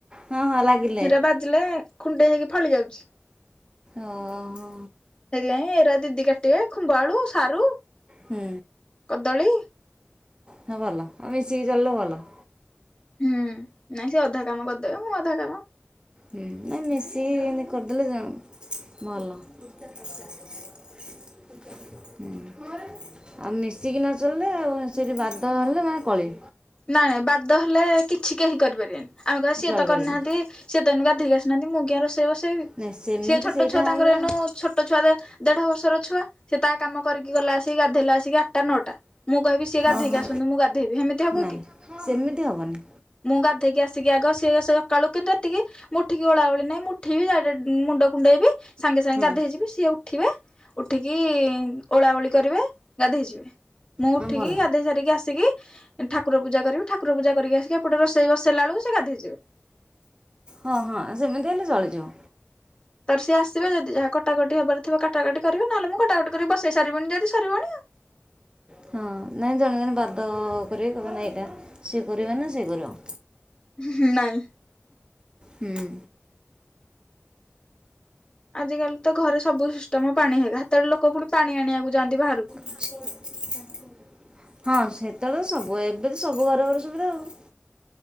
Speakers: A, on the right (about 20°); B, on the left (about 25°).
A: ହଁ ହଁ ଲାଗିଲାଣି।
B: ହେରା ବାଜିଲେ କୁଣ୍ଡେଇ ହେଇକି ଫଳି ଯାଉଚି,
A: ଓହୋ
B: ସେଇଥିପାଇଁ ଏରା ଦିଦି କା ଟିବେ ଖୁମ୍ବ ଆଳୁ, ସାରୁ
A: ହୁଁ।
B: କଦଳୀ।
A: ହଁ ଭଲ, ଆ ମିଶିକି ଚଳିଲେ ଭଲ।
B: ହୁଁ, ନାଇଁ ସେ ଅଧା କାମ କରିଦେବେ, ମୁଁ ଅଧା କାମ
A: ହୁଁ, ନାଇଁ ମିଶିକି ଏମିତି କରିଦେଲେ ଜନ୍ ଭଲ। ହୁଁ <unintelligible> ଆଉ ମିଶିକି ନଚଳିଲେ, ଆଉ ସେଠି ବାଦ ହେଲେ ମାନେ କଳି?
B: ନାଇଁ ନାଇଁ ବାଦ ହେଲେ କିଛି କେହି କରିପାରିବେନି, ଆମେ କହିବା ସିଏତ
A: ଚଳିପାରିବନି
B: କରିନାହାନ୍ତି ସେତେ ଏଇନୁ ଗାଧେଇକି ଆସିନାହାନ୍ତି, ମୁଁ କିଆଁ ରୋସେଇ ବସେଇବି,
A: ନାଇଁ ସେମିତି
B: ସେ ଛୋଟ
A: ସେଇଟା
B: ଛୁଆ ତାଙ୍କର
A: ହେଲା
B: ଏନୁ ଛୋଟ୍ ଛୋଟ ଛୁଆ ତେ, ଦେଢ ବର୍ଷର ଛୁଆ, ସେ ତା କାମ କରିକି ଗଲା ଆସିକି, ଗାଧେଇଲା ଆସିକି, ଆଠଟା ନଅଟା। ମୁଁ କହିବି ସିଏ ଗାଧେଇକି
A: ଓହୋ
B: ଆସନ୍ତୁ, ମୁଁ ଗାଧେଇବି, ହେମିତି ହବ
A: ନାଇଁ
B: କି?
A: ସେମିତି ହବନି।
B: ମୁଁ ଗାଧେଇକି ଆସିକି ଆଗ ସିଏ <unintelligible> ସକାଳୁ କିନ୍ତୁ ଏତିକି, ମୁଁ ଉଠିକି ଓଳାଓଳି ନାହିଁ, ମୁଁ ଉଠିବି ଡାଇରେକ୍ଟ୍ ମୁଣ୍ଡ କୁଣ୍ଡେଇବି ସାଙ୍ଗେ ସାଙ୍ଗେ
A: ହଁ
B: ଗାଧେଇଯିବି, ସିଏ ଉଠିବେ ଉଠିକି, ଓଳା ଓଳି କରିବେ, ଗାଧେଇଯିବେ। ମୁଁ
A: ହଁ
B: ଉଠିକି
A: ଭଲ
B: ଗାଧେଇସାରିକି ଆସିକି ଠାକୁରପୂଜା କରିବି, ଠାକୁରପୂଜା କରିକି ଆସିକି ଏପଟେ ରୋଷେଇ ବସେଇଲା ବେଳକୁ ସେ ଗାଧେଇଯିବେ।
A: ହଁ ହଁ ସେମିତି ହେଲେ ଚଳିଯିବ।
B: ତାପରେ ସିଏ ଆସିବେ, ଯଦି ଯାହା କଟାକଟି ହବାରଥିବ କାଟାକଟି କରିବେ ନହେଲେ ମୁଁ କଟାକଟି କରିକି ବସେଇସାରିବିଣି ଯଦି ସରିବଣି ଆଉ।
A: ହଁ, ନାଇଁ ଜଣେ ଜଣେ ବାଦ କରିବେ, କହିବେ ନା ଏଇଟା ସିଏ କରିବ ନା ସିଏ କରିବ।
B: ହୁଁ, ନାଇଁ।
A: ହୁଁ
B: ଆଜିକାଲି ତ ଘରେ ସବୁ ସିଷ୍ଟମ୍ ପାଣି ହେଇକା, ସେତେବେଳେ ଲୋକ ପୁଣି ପାଣି ଆଣିବାକୁ ଯାଆନ୍ତି ବାହାରକୁ
A: <unintelligible> ହଁ ସେତେବେଳେ ତ ସବୁ, ଏବେ ତ ସବୁ ଘରେଘରେ ସୁବିଧା ଆଉ